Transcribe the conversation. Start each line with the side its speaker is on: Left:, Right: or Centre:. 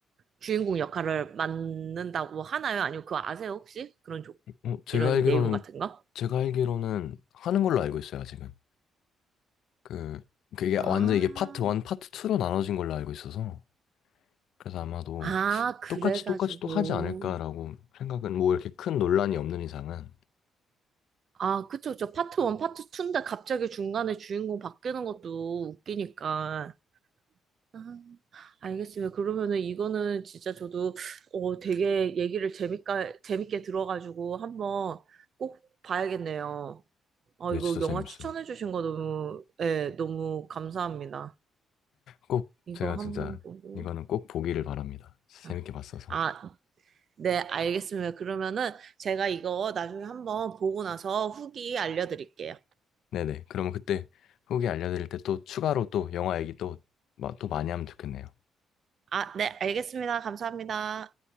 Right: 주인공 역할을 맡는다고 하나요? 아니면 그거 아세요, 혹시? 그런 조,
Left: 어, 제가
Right: 이런
Left: 알기로는
Right: 내용 같은 거?
Left: 제가 알기로는 하는 걸로 알고 있어요, 아직은. 그 그게
Right: 아,
Left: 완전 이게 파트 1, 파트 2로 나눠진 걸로 알고 있어서 그래서 아마도
Right: 아, 그래가지고.
Left: 똑같이 똑같이 또 하지 않을까라고 생각은 뭐 이렇게 큰 논란이 없는 이상은
Right: 아, 그쵸, 그쵸. 파트 1, 파트 2인데 갑자기 중간에 주인공 바뀌는 것도 웃기니까. 아. 알겠습니다. 그러면은 이거는 진짜 저도 어, 되게 얘기를 재밌게, 재밌게 들어가지고 한번 꼭 봐야겠네요. 아,
Left: 네,
Right: 이거
Left: 진짜
Right: 영화
Left: 재밌어요.
Right: 추천해주신 거 너무, 예, 너무 감사합니다.
Left: 꼭
Right: 이거
Left: 제가
Right: 한번
Left: 진짜
Right: 보고.
Left: 이거는 꼭 보기를 바랍니다. 진짜
Right: 아,
Left: 재밌게 봤어서.
Right: 아, 네, 알겠습니다. 그러면은 제가 이거 나중에 한번 보고 나서 후기 알려드릴게요.
Left: 네네. 그러면 그때 후기 알려드릴 때 또 추가로 또 영화 얘기 또, 마- 또 많이 하면 좋겠네요.
Right: 아, 네, 알겠습니다. 감사합니다.